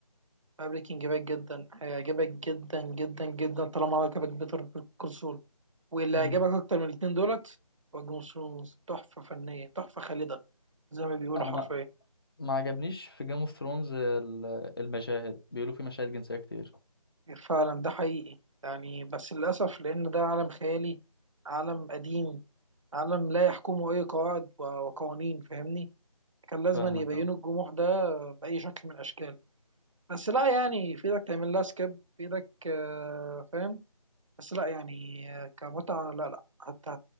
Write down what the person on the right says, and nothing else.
بريكنج باد جدا هيعجبك جدا جدا جدا طالما عجبك بيتر كونسول واللي
هيعجبك اكتر من الاتنين دولت هو جيم اوف ثرونز تحفة فنية تحفة خالدة زي ما بيقولوا
حرفيا
فعلا ده حقيقي يعني بس للأسف لأن ده عالم خيالي عالم قديم عالم لا يحكمه أي قواعد و- وقوانين فاهمني كان لازم
يبينوا
الجموح ده بأي شكل من الأشكال بس لا يعني في إيدك تعمل لها سكيب في إيدك آه، فاهم بس لا يعني كمتعة لا لا حتى